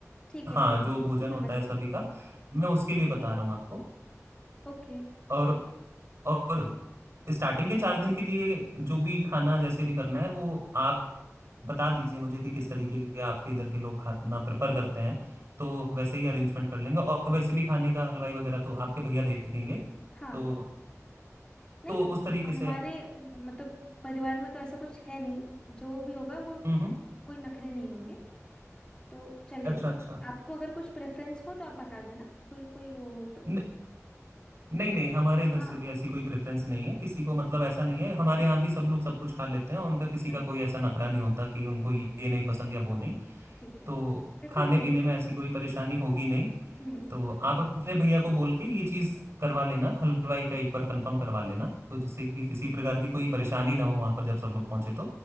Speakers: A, on the left; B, on the right.
A: ठीक
B: हाँ
A: है ठीक
B: जो
A: है समझ
B: भोजन होता है
A: गई
B: सभी का मैं उसके लिए बता रहा हूँ आपको
A: ओके
B: और और स्टार्टिंग के चार दिन के लिए जो भी खाना जैसे भी करना है वो आप बता दीजिए मुझे कि किस तरीके के आपके इधर के लोग खाना प्रेफर करते हैं तो वैसे ही अरेंजमेंट कर लेंगे और वैसे भी खाने का हलवाई वगैरह तो आपके भैया देखेंगे
A: हाँ
B: तो
A: नहीं
B: तो उस तरीके
A: हमारे
B: से
A: मतलब परिवार में तो ऐसा कुछ है नहीं जो भी होगा वो
B: हम्म हम्म,
A: कोई नखरे नहीं होंगे तो चलेगा
B: अच्छा अच्छा
A: आपको अगर कुछ प्रेफरेंस हो तो आप बता देना कोई कोई वो हो तो
B: न, नहीं नहीं हमारे इधर
A: हाँ
B: से भी ऐसी कोई प्रेफरेंस नहीं है किसी को मतलब ऐसा नहीं
A: हाँ
B: है हमारे यहाँ भी सब लोग सब कुछ खा लेते हैं और उनका किसी
A: हाँ,
B: का कोई ऐसा नखरा नहीं होता कि उनको ये ये नहीं पसंद या वो नहीं
A: ठीक है
B: तो
A: फिर
B: खाने
A: तो सही
B: पीने
A: है
B: में ऐसी कोई परेशानी होगी नहीं
A: हम्म
B: तो आप अपने भैया को बोल के ये चीज करवा लेना हलवाई का एक बार कंफर्म करवा लेना तो जिससे कि किसी प्रकार की कोई परेशानी ना हो वहां पर जब सब लोग पहुंचे तो